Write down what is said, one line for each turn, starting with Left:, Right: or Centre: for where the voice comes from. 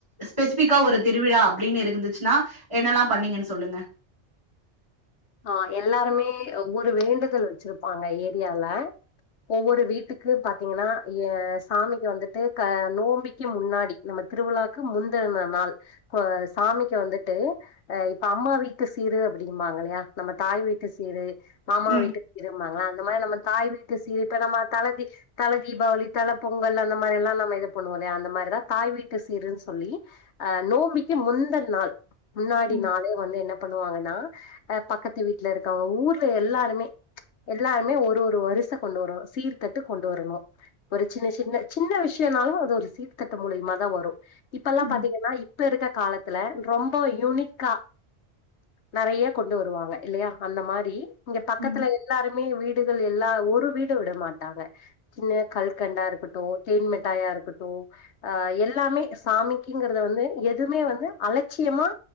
Right: ஸ்பெசிஃபிக்கா ஒரு திருவிழா அப்டீன்னு இருந்துச்சுனா என்னெல்லா பண்ணீங்கன் சொல்லுங்க
Left: ஆ எல்லாருமே ஒவ்வொரு வேண்டுதல் வச்சிருப்பாங்க ஏரியால ஒவ்வொரு வீட்டுக்கு பாத்தீங்கனா ஏ சாமிக்கு வந்துட்டு க நோம்பிக்கு முன்னாடி நம்ம திருவிழாக்கு முந்துன நாள் ப சாமிக்கு வந்துட்டு அ இப்ப அம்மா வீட்டு சீரு அப்புடிம்பாங்க இல்லயா நம்ம தாய் வீட்டு சீரு மாமா
Right: ம்.
Left: வீட்டு சீரும்பாங்கல அந்த மாரி நம்ம தாய் வீட்டு சீர் இப்ப நம்ம தலதி தல தீபாவளி தல பொங்கல் அந்த மாரி எல்லா நம்ம இது பண்ணுவோல்லயா அந்த மாரிதா தாய் வீட்டு சீருன் சொல்லி அ நோம்பிக்கு முந்தன் நாள் முன்னாடி
Right: ம்,
Left: நாளே வந்து என்ன பண்ணுவாங்கன்னா ஆ பக்கத்து வீட்ல இருக்கவ ஊர்ல எல்லாருமே எல்லாருமே ஒரு ஒரு வருச கொண்டு வரனு சீர்த்தட்டு கொண்டு வரனு ஒரு சின்ன சின்ன சின்ன விஷயன்னாலு அது ஒரு சீர்த்தட்டு மூலியமாதா வரு இப்பல்லா
Right: ம்,
Left: பாத்தீங்கனா இ ப்ப இருக்க காலத்துல ரொம்ப யூனிக்கா நறைய கொண்டு வருவாங் க இல்லயா அந்த மாரி இங்க பக்கத்துல
Right: ம்,
Left: எல்லாரு மே வீடுகள் எல்லா ஒரு வீட விட மாட்டாங்க சின்ன கல்கண்டா இருக்கட்டு தேன் மிட்டாயா இருக்கட்டு அ எல்லாமே சாமிக்குங்கிறத வந்து எதுமே வந்து அலட்சியமா